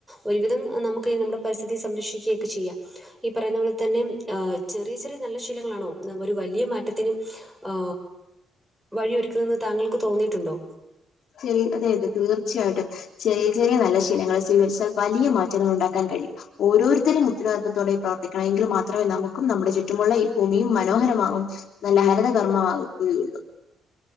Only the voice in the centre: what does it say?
ഒരുവിധം നമുക്ക് ഈ നമ്മുടെ പരിസ്ഥിതി സംരക്ഷിക്കുകയൊക്കെ ചെയ്യാം. ഈ പറയുന്ന പോലെ തന്നെ ആ ചെറിയ ചെറിയ നല്ല ശീലങ്ങളാണോ ഒരു വലിയ മാറ്റത്തിന് ആ വഴിയൊരുക്കുന്നെന്ന് താങ്കൾക്ക് തോന്നിയിട്ടുണ്ടോ?